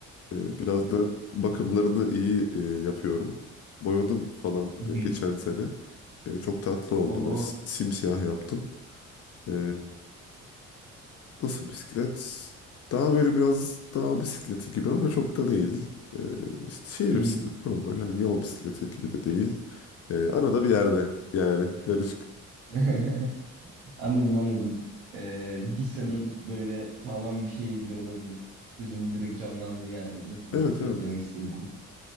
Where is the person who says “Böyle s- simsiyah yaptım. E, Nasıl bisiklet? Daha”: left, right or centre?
Left